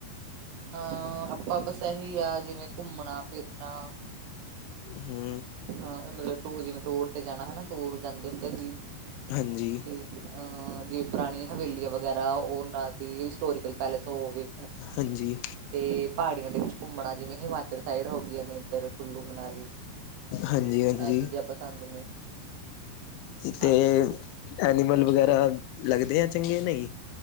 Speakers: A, on the right; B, on the left.
A: ਹਾਂ ਆਪਾਂ ਬਸ ਇਹੀ ਆ ਜਿਵੇਂ ਘੁੰਮਣਾ-ਫਿਰਨਾ
B: ਹੂੰ
A: ਹਾਂ ਮਤਲਬ ਟ ਜਿਵੇਂ ਟੂਰ ਤੇ ਜਾਣਾ ਟੂਰ ਜਾਂਦੇ ਹੁੰਦੇ ਸੀ।
B: ਹਾਂਜੀ
A: ਅਹ ਜਿਵੇਂ ਪੁਰਾਣੀ ਹਵੇਲੀਆਂ ਵਗੈਰਾ ਓਨਾਂ ਦੀ ਹਿਸਟੋਰੀਕਲ ਪੈਲੇਸ ਹੋਵੇ।
B: ਹਾਂਜੀ
A: ਤੇ ਪਹਾੜੀਆਂ ਦੇ ਵਿੱਚ ਘੁੰਮਣਾ ਜਿਵੇਂ ਹਿਮਾਚਲ ਸਾਈਡ ਹੋ ਗਈਆਂ ਨੇ ਇੱਧਰ ਕੁੱਲੂ ਮਨਾਲੀ
B: ਹਾਂਜੀ-ਹਾਂਜੀ
A: ਇਹ ਚੀਜ਼ਾਂ ਪਸੰਦ ਨੇ
B: ਤੇ
A: ਹਾਂਜੀ
B: ਐਨੀਮਲ ਵਗੈਰਾ ਲੱਗਦੇ ਆ ਚੰਗੇ ਨਹੀਂ।